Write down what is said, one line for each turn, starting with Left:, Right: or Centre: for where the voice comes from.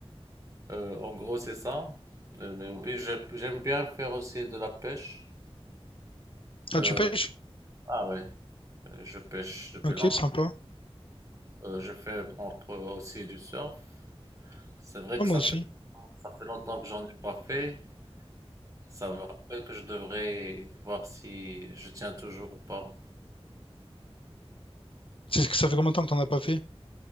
Right: Euh, en gros, c'est ça. Euh, mais oui, je- j'aime bien faire aussi de la pêche.
Left: Ah,
Right: Euh,
Left: tu pêches?
Right: ah ouais, euh, je pêche depuis
Left: Ok,
Right: longtemps.
Left: sympa.
Right: Euh, je fais encore aussi du surf. C'est vrai
Left: Ah,
Right: que
Left: moi
Right: ça
Left: aussi.
Right: fait, ça fait longtemps que j'en ai pas fait. Ça me rappelle que je devrais voir si je tiens toujours ou pas.
Left: C'est ce que ça fait combien de temps que t'en as pas fait?